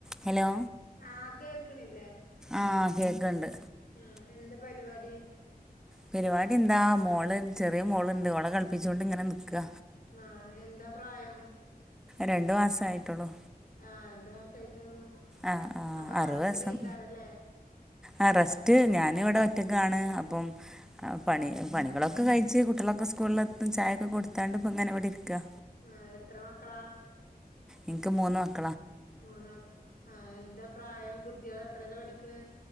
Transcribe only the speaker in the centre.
Hello
ആഹ് കേക്കണ്ട്
പരിപാടി എന്താ മോള് ചെറിയ മോളുണ്ട് ഓളെ കളിപ്പിച്ചോണ്ട് ഇങ്ങനെ നിക്കുക
രണ്ടു മാസായിട്ടുള്ളൂ
ആ ആ
അറുപത്
ദിവസം ആ റെസ്റ്റ് ഞാന് ഇവിടെ ഒറ്റക്കാണ് അപ്പം ആ പണി പണികളൊക്കെ കഴിച്ച് കുട്ടികളൊക്കെ സ്കൂളിലെത്തും ചായയൊക്കെ കൊടുത്താണ്ട് ഇപ്പോ ഇങ്ങനെവിടെ ഇരിക്കാ
ഇനിക്ക് മൂന്ന് മക്ക